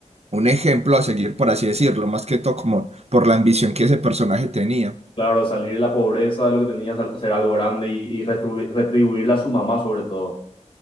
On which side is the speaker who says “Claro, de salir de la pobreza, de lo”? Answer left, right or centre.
Left